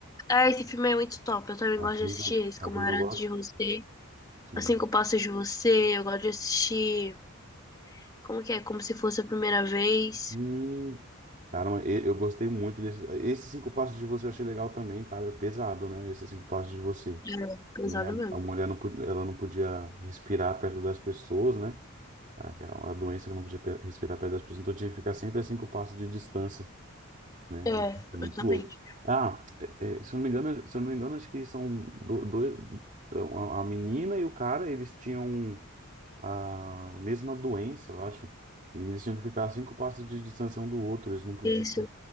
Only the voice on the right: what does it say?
É um
filme
que eu,
é
um filme
que
eu gosto.
Sim.
Hum, Cara, mas e- eu gostei muito desse. Esses cinco passos de você eu achei legal também, cara. Pesado, né? Esses cinco passos de você,
né?
A mulher não, po- ela não podia respirar perto das pessoas, né? É uma doença que não podia pe- respirar perto das pessoas, então tinha que ficar sempre a cinco passos de distância, né?
Foi muito
louco. Ah, é- é, se eu não me engano, se eu não me engano, acho que são do- dois, a a menina e o cara, eles tinham a mesma doença, eu acho. E eles tinham que ficar a cinco passos de distância um do outro, eles não podiam.